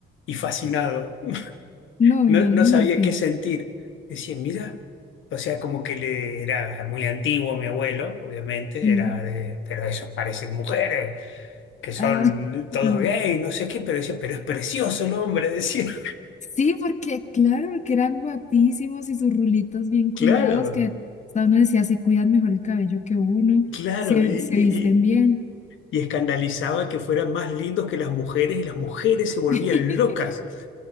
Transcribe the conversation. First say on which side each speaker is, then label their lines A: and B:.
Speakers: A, on the left; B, on the left.
A: y fascinado.
B: no,
A: no,
B: imagínate.
A: no sabía qué sentir. Decía, mira, o sea, como que le era muy antiguo mi abuelo, obviamente,
B: Sí,
A: era de, pero esos parecen mujeres, que son
B: ah, <laughs>
A: todos gays, no sé qué, pero decía, pero es precioso el hombre, decía. <laughs>
B: sí, porque claro, porque eran guapísimos y sus rulitos bien cuidados,
A: Claro,
B: que hasta uno decía, se cuidan mejor el cabello que uno,
A: claro,
B: se,
A: y, y,
B: se visten
A: y
B: bien.
A: y escandalizaba que fueran más lindos que las mujeres y las mujeres se volvían
B: <laughs>
A: locas.